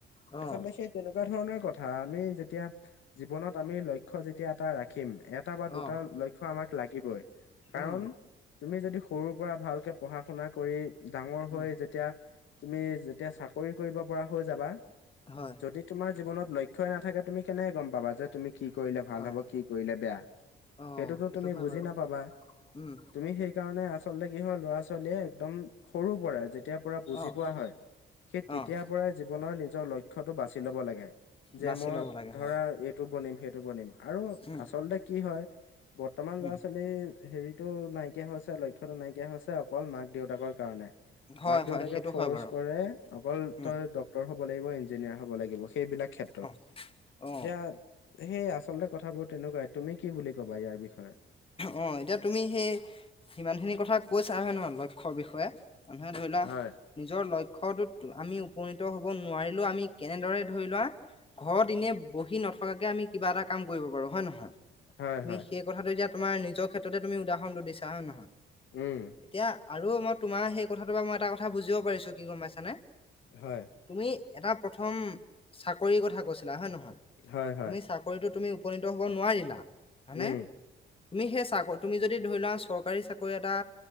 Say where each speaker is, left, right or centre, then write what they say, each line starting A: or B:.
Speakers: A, on the left; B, on the left.
A: অ',
B: আচলতে সেই তেনেকুৱা ধৰণৰ কথা আমি যেতিয়া জীৱনত আমি লক্ষ্য যেতিয়া এটা ৰাখিম, এটা বা দুটা
A: অ',
B: ল ক্ষ্য আমাক লাগিবই কাৰণ
A: উম,
B: তুমি যদি সৰুৰ পৰা ভালকে পঢ়া - শুনা কৰি ডাঙৰ
A: উম,
B: হৈ যেতিয়া, তুমি যেতিয়া চাকৰি কৰিব পৰা হৈ যাবা
A: হয়,
B: যদি তোমাৰ জীৱনত লক্ষ্যই নাথাকে তুমি কেনেকে গম পাবা যে তুমি কি কৰিলে ভাল
A: হয়,
B: হব কি কৰিলে বেয়া?
A: অ',
B: সেইটোতো
A: সেইটো
B: তুমি
A: হয়
B: বুজি
A: বাৰু
B: নাপাবা?
A: উম।
B: তুমি সেই কাৰণে আচলতে কি হয় ল'ৰা ছোৱালীয়ে একদম সৰু পৰা যেত তিয়াৰ পৰা বুজি
A: অ',
B: পোৱা হয় সেই তেতিয়াৰ
A: অ',
B: পৰাই জীৱনৰ নিজৰ লক্ষ্যটো বাচি ল'ব লাগে যে
A: বাছি
B: মই
A: ল'ব লাগে
B: ধৰা
A: হয়,
B: এইটো বনিম সেইটো বনিম আৰু
A: উম,
B: আচলতে কি হয় বৰ্তমান
A: উম,
B: ল'ৰা - ছোৱালী হেৰিত টো নাইকিয়া হৈছে লক্ষ্যতো নাইকিয়া হৈছে অকল মাক - দেউতাকৰ কাৰণে।
A: হয়,
B: মাক - দেউতাকে
A: হয়, সেইটো
B: ফৰ্চ
A: হয় বাৰু
B: কৰে অকল
A: উম।
B: তই ডক্তৰ হ ব লাগিব ইঞ্জিনিয়াৰ হব লাগিব সেইবিলাক ক্ষেত্ৰত
A: অ অ
B: এতিয়া আ, সেই আচলতে কথাবোৰ তেনেকুৱাই তুমি কি বুলি ক'বা ইয়াৰ বিষয়ে?
A: অঁহ এতিয়া তুমি সেই সিমানখিনি কথা কৈছা হয় নহয় লক্ষ্যৰ বিষয়ে মানু্হে ধৰি লোৱা
B: হয়।
A: নিজৰ লক্ষ্যটোত আমি উপনীত হব নোৱাৰিলেও আমি কেনেদৰে ধৰি লোৱা ঘৰত এনে বহি নথকাকে আমি কিবা এটা কাম কৰিব পাৰো হয় নহয়?
B: হয়
A: আমি
B: হয়
A: সেই কথাটো যেতিয়া তোমাৰ নিজৰ ক্ষেত্ৰতে তুমি উদাহৰণটো দিছা হয় নহয়?
B: উম।
A: এতিয়া আৰু মই তোমাৰ সেই কথাটো বা মই এটা কথা বুজিব পাৰিছো কি গম পাইছানে?
B: হয়।
A: তুমি এটা প্ৰথম চাকৰিৰ কথা কৈছিলা হয় নহয়?
B: হয় হয়
A: তুমি চা কৰিতো তুমি উপনীত হ'ব নোৱাৰিলা। হয়নে
B: উম
A: তুমি সেই চাকৰি তুমি যদি ধৰি লোৱা চৰকাৰী চাকৰি এটা